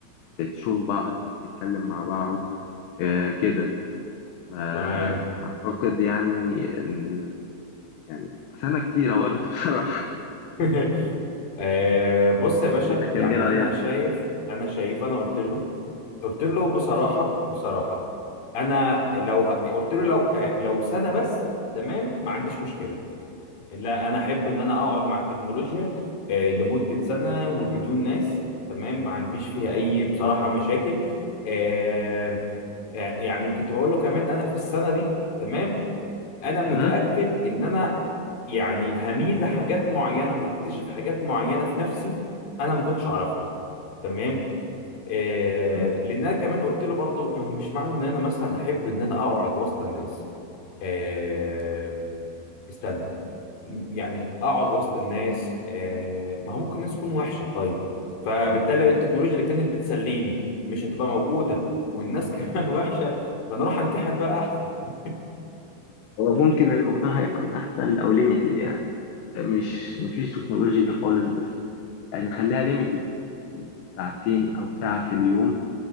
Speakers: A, on the left; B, on the left.
A: تشوف بعض تتكلم مع بعض آه كده فأعتقد
B: تمام
A: يعني ان ال... يعني سنة كتيرة برضه بصراحة
B: <laughs> آه بص يا باشا
A: انت كان
B: يعني
A: ايه رأيك؟
B: أنا شايف أنا شايف أنا قلت له قلت له
A: م?
B: بصراحة بصراحة أنا لو ه- قلت له لو آه لو سنة بس تمام ما عنديش مشكلة لا انا احب ان انا اقعد مع التكنولوجيا آه، لمده سنه وبدون ناس تمام ما عنديش فيها اي بصراحه مشاكل آه، آه، يعني كنت بقول له كمان انا في السنه دي تمام انا متاكد
A: م?
B: ان انا يعني هميل لحاجات معينه وهكتشف حاجات معينه في نفسي انا ما كنتش اعرفها تمام آه،
A: يعني
B: لان انا كمان قلت له برضو مش معنى ان انا مثلا احب ان انا اقعد وسط الناس آه، استنى يعني اقعد وسط الناس آه، ما هو ممكن الناس تكون وحشه طيب فبالتالي التكنولوجيا اللي كانت بتسليني مش هتبقى موجوده والناس <laughs> كمان وحشه ده انا اروح انتحر بقى احسن <laughs>
A: هو ممكن الموضوع هيكون احسن لو ليميتد يعني مش مفيش تكنولوجيا خالص بس يعني خليها ليميتد يعني ساعتين أو ساعة في اليوم